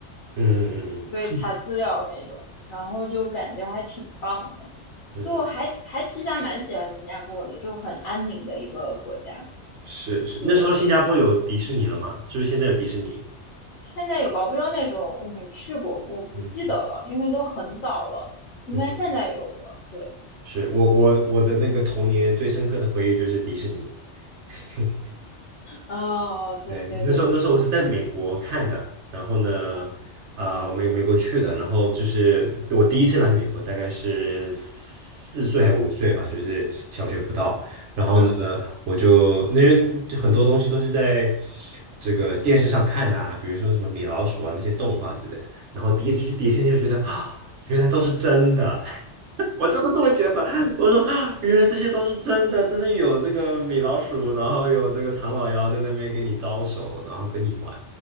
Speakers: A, on the right; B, on the left.
A: 嗯嗯。
B: 对，查资料那种，然后就感觉还挺棒的，
A: 嗯，
B: 就还还其实还蛮喜欢新加坡的，就很安宁的一个国家。
A: 是是，
B: 对，
A: 那时候新加坡有迪士尼了吗？是不是现在有迪士尼？
B: 现在有吧？我不知道那时候我没去过，我不记得了，
A: 嗯
B: 因为都很早了，应该现在有了。
A: 嗯哼，
B: 对，
A: 是我我我的那个童年最深刻的回忆就是迪士尼。<laughs>
B: 哦，对对对，
A: 对，那时候那时候我是在美国看的，然后呢，啊、我美美国去的，然后就是我第一次来美国，大概是四岁还五岁吧，就是小学不到。然后呢，
B: 嗯
A: 我就那些就很多东西都是在这个电视上看的啊，比如说什么米老鼠啊那些动画之类的。然后第一次去迪士尼，就觉得啊，原来都是真的。我真的这么觉得。我说啊原来这些都是真的，真的有这个米老鼠，然后有这个唐老鸭在那边跟你招手，然后跟你玩。